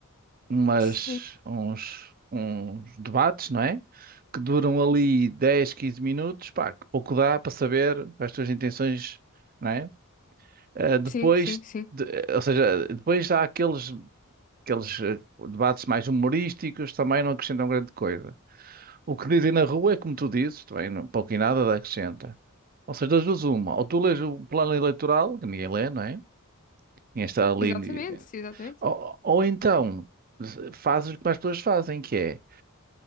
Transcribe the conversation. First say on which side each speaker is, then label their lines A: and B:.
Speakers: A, on the right (about 40°); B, on the left (about 35°).
A: umas,
B: Sim,
A: uns, uns debates, não é? Que duram ali 10 15 minutos, pá, que pouco dá para saber as tuas intenções, não é? Eh, depois,
B: sim, sim, sim.
A: de- eh, ou seja, depois há aqueles, aqueles eh, debates mais humorísticos, também não acrescentam grande coisa. O que dizem na rua é como tu dizes, também não- pouco e nada acrescenta. Ou seja, das duas uma, ou tu lês o plano eleitoral, que ninguém lê, não é? Ninguém está ali.
B: Exatamente,
A: eh,
B: sim, exatamente.
A: Ou, ou então eh, fazes o que mais pessoas fazem, que é